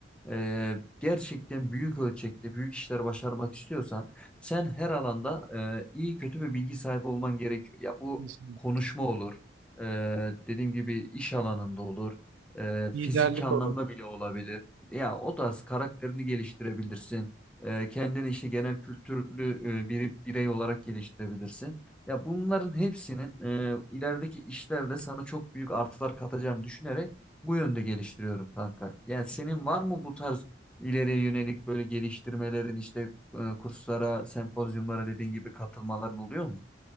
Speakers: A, in the centre; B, on the right.
A: e, gerçekten büyük ölçekte büyük işler başarmak istiyorsan sen her alanda e, iyi kötü bir bilgi sahibi olman gerekiyor. Ya bu
B: Kesinlikle.
A: konuşma olur, e, dediğim gibi iş alanında olur, e,
B: Liderlik
A: fiziki anlamda
B: olur.
A: bile olabilir. Ya o tarz karakterini geliştirebilirsin. E, kendini işte genel kültürlü e, bir birey olarak geliştirebilirsin. Ya bunların hepsinin e, ilerideki işlerde sana çok büyük artılar katacağını düşünerek bu yönde geliştiriyorum kanka. Yani senin var mı bu tarz ileriye yönelik böyle geliştirmelerin işte e, kurslara, sempozyumlara dediğin gibi katılmaların oluyor mu?